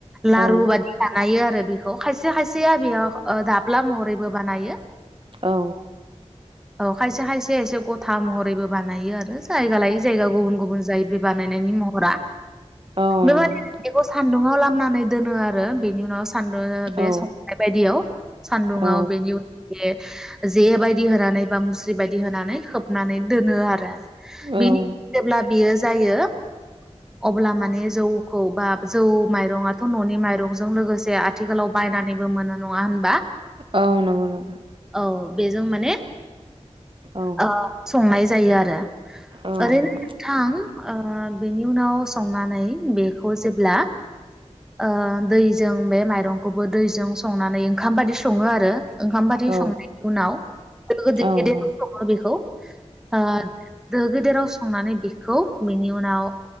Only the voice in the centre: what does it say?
लारु
बादि <inaudible> नायो आरो बेखौ खायसे खायसेया बेयाव ओ दाब ब्ला महरैबो बानायो।
औ खायसे खायसे एसे गथा महरैबो बानायो आरो जायगा लायै जायगा गुबुन गुबुन जायो बे बानायनायनि महरा।
बेबादिनो
बेखौ सानदुं <unintelligible> लामनानै दोनो आरो बेनि उनाव सा <unintelligible> बे
संनाय बायदियाव दुङाव
बेनि उ <unintelligible> जे बादि होनानै बा मुस्रि बादि होनानै खोबनानै दोनो आरो।
बिनि जेब्ला बियो जायो अब्ला माने जौखौ बा जौ माइरङाथ ननि माइरंजों लोगोसे आथिखालाव बायनानैबो मोनो नङा होनबा?
औ बेजों माने
आ संनाय जायो आरो
ओरैनो
नोंथां ओ बेनि उनाव संनानै बेखौ जेब्ला ओ दैजों बे माइरंखौबो दैजों संनानै ओंखाम बायदि स ङो आरो। ओंखाम बादि
संनायनि उनाव <inaudible>
बेखौ आ दो गेदेराव संनानै बेखौ बेनि उनाव